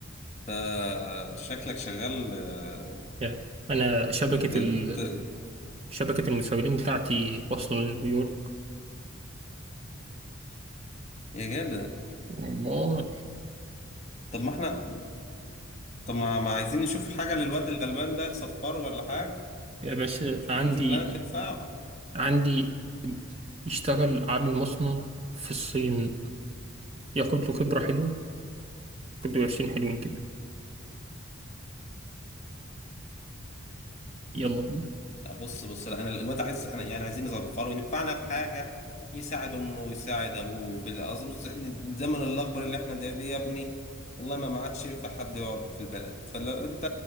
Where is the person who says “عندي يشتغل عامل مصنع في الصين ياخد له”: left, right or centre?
Right